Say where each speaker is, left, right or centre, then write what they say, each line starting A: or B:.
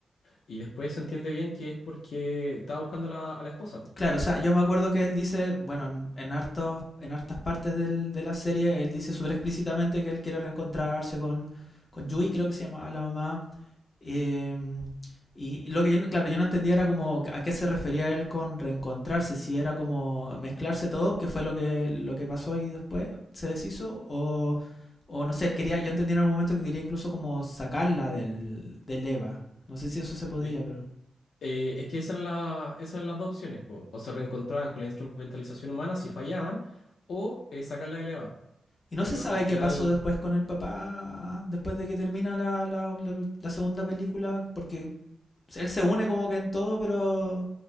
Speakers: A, on the left; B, on the left.
A: y después se entiende bien que es porque estaba buscando a la, a la esposa, po.
B: Claro, o sea, yo me acuerdo que él dice, bueno, en, en hartos, en hartas partes del- de la serie, él dice súper explícitamente que él quiere reencontrarse con, con Yui, creo que se llamaba la mamá. eh, y lo que yo, no- claro, yo no entendía era como a qué se refería él con reencontrarse, si era como mezclarse todos, que fue lo que, lo que pasó y después se deshizo, o, o no sé, él quería, yo entendí en algún momento que quería incluso como sacarla del, del Eva. No sé si eso se podía,
A: Eh,
B: pero...
A: eh, es que esas eran, la- esas eran las dos opciones, po. O se reencontraban con la instrumentalización humana si fallaban, o eh, sacarla del EVAP.
B: Y no
A: Pero
B: se sabe
A: al final,
B: qué pasó después con el papá, después de que termina la, la- la- la segunda película, porque él se une como que en todo, pero